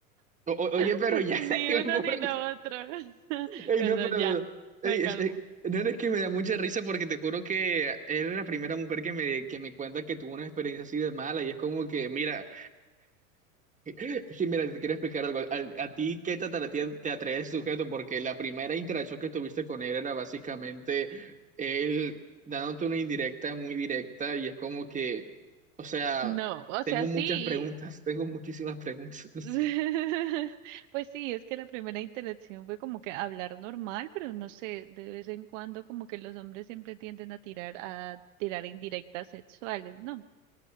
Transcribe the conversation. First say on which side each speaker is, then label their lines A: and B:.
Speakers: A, on the right; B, on the right.
A: O- o- oye,
B: <laughs>
A: pero ya,
B: Ni
A: <laughs> el
B: uno
A: pobre-
B: ni lo otro. <laughs>
A: Ey,
B: Perdón,
A: no, pero...
B: ya,
A: ey,
B: me calmo.
A: es- eh, no, no, es que me da mucha risa porque te juro que eres la primera mujer que me, que me cuenta que tuvo una experiencia así de mala y es como que, mira, Es mira, te quiero explicar algo. Al- ¿A, ti qué te atrae, te atrae ese sujeto? Porque la primera interacción que tuviste con él era básicamente él dándote una indirecta muy directa y es como que, o sea,
B: No, o
A: tengo
B: sea,
A: muchas
B: sí.
A: preguntas, tengo muchísimas preguntas.
B: <laughs>
A: <laughs> No
B: Pues sí, es que la primera interacción fue como que hablar normal, pero no sé, de vez en cuando como que los hombres siempre tienden a tirar a tirar indirectas sexuales, ¿no?